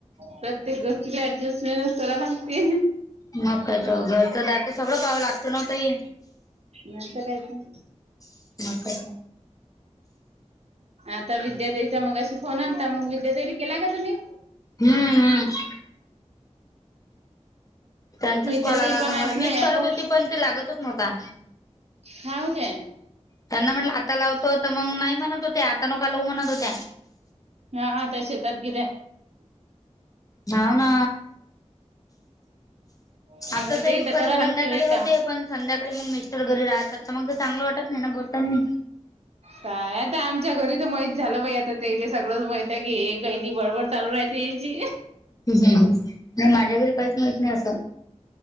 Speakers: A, on the right; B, on the left.
A: प्रत्येक व्यक्तीला ऍडजस्टमेंटच करावे लागते.
B: म कायत घरच दारच सगळ पाव लागत ना हो ताई.
A: नच कायच <unintelligible>
B: मग काय तर
A: आता विदया ताईचा मगाशी फोन आलता, मंग विद्याताईला केला का तुम्ही?
B: हम् हम्. त्यांचाच
A: विद्याताई
B: कॉल आला होता
A: पण आहेत
B: मला,
A: ना
B: मिच
A: या
B: करत
A: पो
B: होती पण ते लागतच नव्हता.
A: हाव काय.
B: त्यांना म्हटलं आता लावतो, तर मग नाही म्हणत होत्या, आता नका लऊ म्हणत होत्या.
A: हां हां त्या शेतात गेल्याय.
B: धाव ना,
A: आता
B: आपलं ते दुपारी
A: तर करावं
B: संध्याकाळी
A: लागते बाई काम.
B: होतय. पण संध्याकाळी मग मिस्टर घरी राहतात, तर मग तर चांगलं वाटत नही ना बोलतानी.
A: काय आता, आमच्या घरी त माहित झालं बाइ आता तेले सगळं माहित त की हे काही त बडबडं चालू राहते हिची.
B: नाही माझ्या घरी काहीच माहित नाही अस,